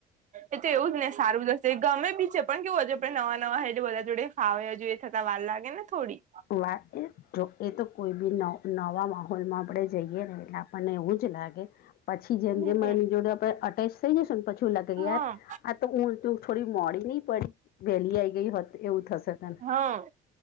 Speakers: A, on the right (about 45°); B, on the left (about 65°).
A: એ તો એવુંજ ને સારું જ હશે ગમે બી છે. પણ કેવું હજુ આપડે નવાં-નવાં હે બધા જોડે ફાવે હજુ એ થતાં વાર લાગે ને થોડી.
B: વા એ જો એ તો કોઈબી ન નવાં માહોલમાં આપણેે જઈએ ને એટલે આપણને એવું જ લાગે. પછી જેમ
A: હમ
B: જેમ આની જોડે આપડે અટેચ થઈ જશે ને પછી ઓલા કઈએ
A: હા
B: લાગે યાર આ તો ઊંલટુ તો થોડી મોડી નઈ પડી વેહલી આઈ ગઈ હોત એવું થશે તને.
A: હ.